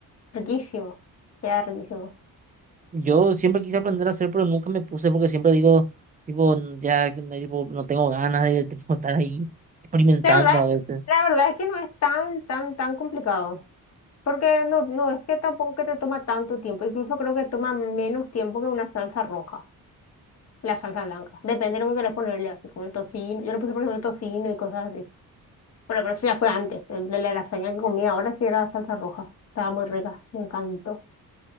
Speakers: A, on the left; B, on the right.
A: Riquísimo. Queda riquísimo.
B: Yo siempre quise aprender a hacer, pero nunca me puse porque siempre digo, tipo, "N- ya que no, tipo, no tengo ganas de tipo, <laughs> estar ahí experimentando
A: La verdad,
B: a veces.
A: la verdad es que no es tan, tan, tan complicado. Porque no, no es que tampoco que te toma tanto tiempo. Incluso creo que toma menos tiempo que una salsa roja, la salsa blanca. Depende de lo que quieras ponerle, así como el tocino. Yo le puse, por ejemplo, tocino y cosas así. Bueno, pero eso ya fue antes. El de la lasaña que comí ahora sí era salsa roja. Estaba muy rica, me encantó.